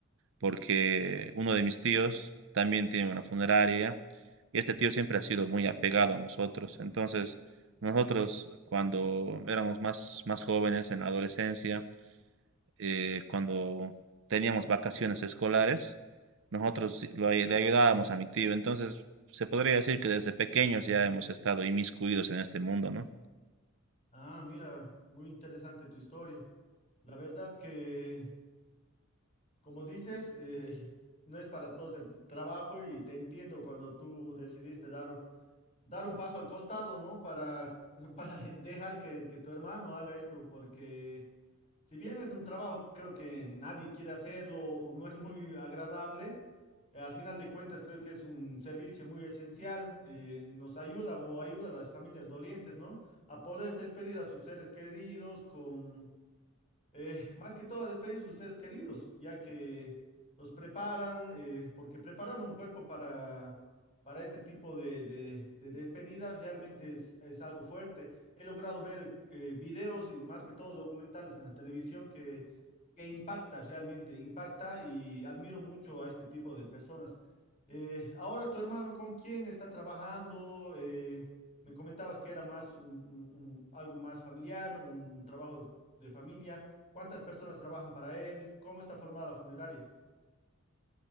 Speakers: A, on the right; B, on the left.
A: porque uno de mis tíos también tiene una funeraria y este tío siempre ha sido muy apegado a nosotros. Entonces, nosotros cuando éramos más, más jóvenes, en la adolescencia, eh, cuando teníamos vacaciones escolares, nosotros lo ay- le ayudábamos a mi tío. Entonces, se podría decir que desde pequeños ya hemos estado inmiscuidos en este mundo, ¿no?
B: Ah, mira, muy interesante tu historia. La verdad que, como dices, eh, <laughs> no es para todos el t- trabajo y te entiendo cuando tú decidiste dar, dar un paso al costado, ¿no? Para, <laughs> para dejar que, que tu hermano haga esto, porque Si bien es un trabajo creo que nadie quiere hacerlo o no es muy agradable, eh, al final de cuentas creo que es un servicio muy esencial, eh, nos ayuda o ayuda a las familias dolientes, ¿no? A poder despedir a sus seres queridos con eh, más que todo a despedir sus seres queridos, ya que los preparan, eh, porque preparar un cuerpo para, para este tipo de, de- de despedidas realmente es, es algo fuerte. He logrado ver eh, videos y más que todo documentales en la televisión que, que impacta realmente, impacta y admiro mucho a este tipo de personas. Eh, ahora tu hermano, ¿con quién está trabajando? Eh, me comentabas que era más un, un- un- algo más familiar, un trabajo de de familia cuántas personas trabajan para él, cómo está formada la funeraria.